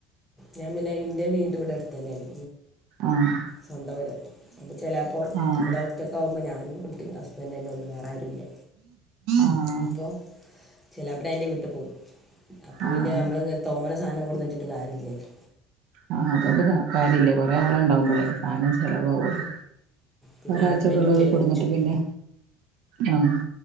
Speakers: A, in the centre; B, on the right.
A: ഞാൻ പിന്നെ ഇന്റെ വീട് ഇവിടെ അടുത്ത് തന്നെയാണ്
B: ആഹ്
A: സ്വന്തം വീട് എന്റെ ചിലാപ്പോ
B: ആഹ്
A: ഇവിട ഒറ്റയ്ക്ക് ആവുമ്പോൾ ഞാനും കുട്ടിയും ഹസ്ബന്റും തന്നെ ഒള്ളു വേറെ ആരുല്ല
B: ആഹ്
A: അപ്പൊ ചെലാപ്പോ ഞാൻ എന്റെ വീട്ട് പോകും അപ്പോൾ
B: ആഹ്
A: പിന്നെ നമ്മളിങ്ങനെ തോനെ സാധനം കൊടുന്ന് വെച്ചിട്ട് കാര്യല്ലല്ലോ
B: ആഹ് അതൊണ്ട് കാര്യല്ല കൊറെ ആൾ ഉണ്ടാവുമ്പോഴല്ലേ സാധനം ചെലവാവുള്ളൂ
A: പിന്നെ
B: ഒരാഴ്ചക്കെ
A: ഹസ്ബൻഡും
B: ഉള്ളത്
A: ഇല്ലല്ലോ
B: കൊടുന്നിട്ട്
A: ഉച്ചയ്ക്ക്
B: പിന്നെ ആഹ്